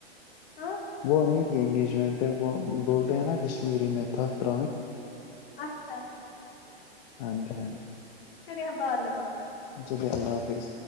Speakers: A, on the left; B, on the left.
A: ہاں
B: وہ نہیں یہ انگیجمنٹ ہے وہ بولتے ہیں نا کشمیری میں تھپر
A: اچھا
B: ہاں جی ہاں جی
A: چلیے ہم بعد میں بعغت
B: جلیے اللہ حافظ